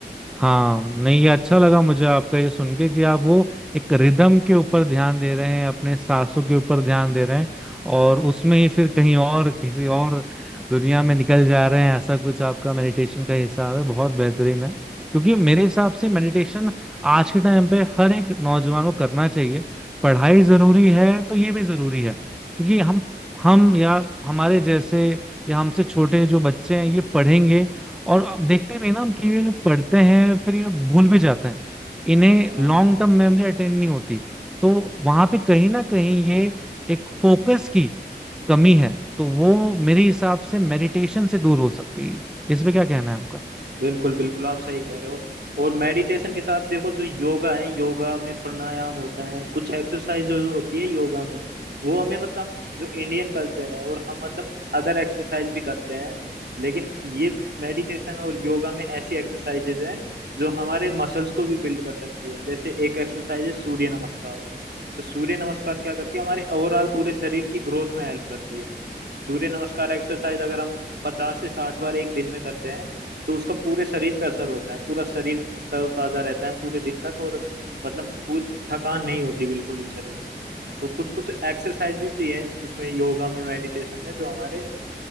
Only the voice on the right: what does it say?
हो हाँ
बिल्कुल बिल्कुल आप सही कह रहे हो और मेडिटेशन के साथ देखो जो योगा है योगा में प्राणायाम होता है कुछ एक्सरसाइज जो होती है योगा में वो हमें मतलब जो इंडियन कल्चर है और हम मतलब अदर एक्सरसाइज भी करते हैं लेकिन ये मेडिटेशन और योगा में ऐसी एक्सरसाइजेज हैं जो हमारे मसल्स को भी बिल्ड कर सकती है जैसे एक एक्सरसाइज है सूर्य नमस्कार तो सूर्य नमस्कार क्या करती है हमारे ओवरऑल पूरे शरीर की ग्रोथ में हेल्प करती है सूर्य नमस्कार एक्सरसाइज अगर हम पचास से साठ बार एक दिन में करते हैं तो उसका पूरे शरीर पे असर होता है पूरा शरीर तरोताजा रहता है पूरे दिन तक और मतलब पूरी थकान नहीं होती बिल्कुल भी शरीर में तो कुछ कुछ एक्सरसाइज भी हैं उसमें योगा में मेडिटेशन में जो हमारे